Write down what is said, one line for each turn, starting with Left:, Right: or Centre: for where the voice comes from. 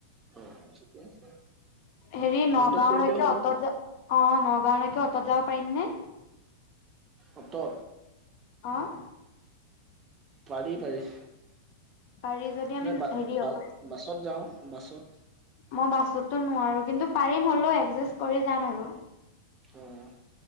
Right: অ', ঠিকে আছে।
Left: হেৰি নগাঁওলৈকে
Right: কন্টেক্ট কৰিলে হ'ল
Left: অটত যা অ', নগাঁওলৈকে অটত যাব পাৰিম নে?
Right: অতত
Left: অ'?
Right: পাৰি, পাৰি।
Left: পাৰি যদি আমি
Right: নাই বা,
Left: হেৰি
Right: বা,
Left: অটত
Right: বাছত যাওঁ বাছত।
Left: মই বাছতো নোৱাৰো, কিন্তু পাৰিম হ'লেও এডজাষ্ট কৰি যাম আৰু।
Right: অ'।